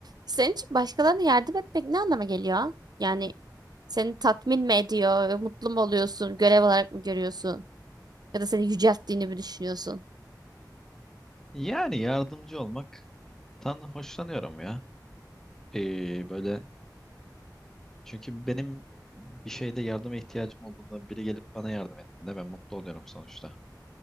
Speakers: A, on the right; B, in the centre.
A: Senin için başkalarına yardım etmek ne anlama geliyor? Yani seni tatmin mi ediyor, mutlu mu oluyorsun, görev olarak mı görüyorsun? Ya da seni yücelttiğini mi düşünüyorsun?
B: Yani yardımcı olmaktan hoşlanıyorum ya. Ee, böyle çünkü benim bir şeyde yardıma ihtiyacım olduğunda biri gelip bana yardım ettiğinde ben mutlu oluyorum sonuçta.